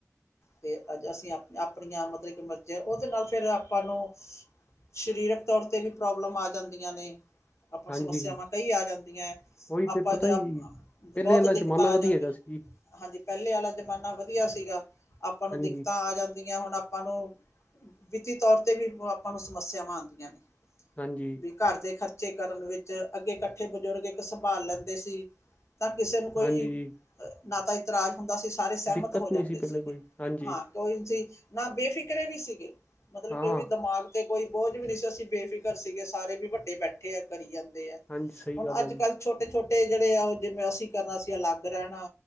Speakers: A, on the left; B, on the left.
A: ਤੇ ਅੱਜ ਅਸੀਂ ਆਪਣੀਆਂ ਮਤਲਬ ਕਿ ਮਰਜ਼ ਉਹਦੇ ਨਾਲ ਫਿਰ ਆਪਾਂ ਨੂੰ ਸਰੀਰਕ ਤੌਰ ਤੇ ਵੀ ਪ੍ਰੋਬਲਮ ਆ ਜਾਂਦੀਆਂ ਨੇ। ਆਪਾਂ
B: ਹਾਂਜੀ
A: ਸਮੱਸਿਆਵਾਂ ਕਈ ਆ ਜਾਂਦੀਆਂ ਹੈ
B: ਉਹੀ
A: ਆਪਾਂ
B: ਤੇ ਪਤਾ
A: ਜ
B: ਹੀ ਜੀ ਪਹਿਲੇ
A: ਬਹੁਤ
B: ਵਾਲਾ
A: ਦਿੱਕਤਾਂ
B: ਜ਼ਮਾਨਾ ਵਧੀਆ
A: ਆ ਜਾਂਦੀਆਂ
B: ਹੈਗਾ ਸੀ ਜੀ
A: ਹਾਂਜੀ। ਪਹਿਲੇ ਵਾਲਾ ਜ਼ਮਾਨਾ ਵਧੀਆ ਸੀਗਾ। ਆਪਾਂ ਨੂੰ
B: ਹਾਂਜੀ
A: ਦਿੱਕਤਾਂ ਆ ਜਾਂਦੀ। ਹੁਣ ਆਪਾਂ ਨੂੰ ਵਿੱਤੀ ਤੌਰ ਤੇ ਵੀ ਆਪਾਂ ਨੂੰ ਸਮੱਸਿਆਵਾਂ ਆਉਂਦੀਆਂ ਨੇ
B: ਹਾਂਜੀ
A: ਵੀ ਘਰ ਦੇ ਖਰਚ ਬੱਚੇ ਕਰਨ ਵਿੱਚ ਅੱਗੇ ਇਕੱਠੇ ਬਜ਼ੁਰਗ ਇੱਕ ਸੰਭਾਲ ਲੈਂਦੇ ਸੀ। ਤਾਂ ਕਿਸੇ ਨੂੰ ਕੋਈ
B: ਹਾਂਜੀ
A: ਨਾ ਤਾਂ ਇਤਰਾਜ ਹੁੰਦਾ ਸੀ ਸਾਰੇ ਸਹਿਮਤ
B: ਦਿੱਕਤ
A: ਹੋ ਜਾਂਦੇ
B: ਨਹੀਂ
A: ਸੀ।
B: ਪਹਿਲੇ ਕੋਈ ਹਾਂਜੀ
A: ਹਾਂ ਕੋਈ ਸੀ ਹਾ ਬੇਫਿਕਰੇ ਵੀ ਸੀਗੇ ਮਤਲਬ
B: ਹਾਂ
A: ਕਿ ਵੀ ਦਿਮਾਗ ਤੇ ਕੋਈ ਬੋਝ ਵੀ ਨਹੀਂ ਸੀ ਅਸੀਂ ਬੇਫਿਕਰ ਸੀਗੇ ਸਾਰੇ ਵੀ ਵੱਡੇ ਬੈਠੇ ਆ ਕਰੀ ਜਾਂਦੇ। ਆ
B: ਹਾਂਜੀ ਸਹੀ
A: ਹੁਣ
B: ਗੱਲ
A: ਅੱਜ
B: ਹੈ ਜੀ।
A: ਕੱਲ੍ਹ ਛੋਟੇ ਛੋਟੇ ਜਿਹੜੇ ਆ ਉਹ ਜਿਵੇਂ ਅਸੀਂ ਕਰਨਾ ਸੀ ਅਲੱਗ ਰਹਿਣਾ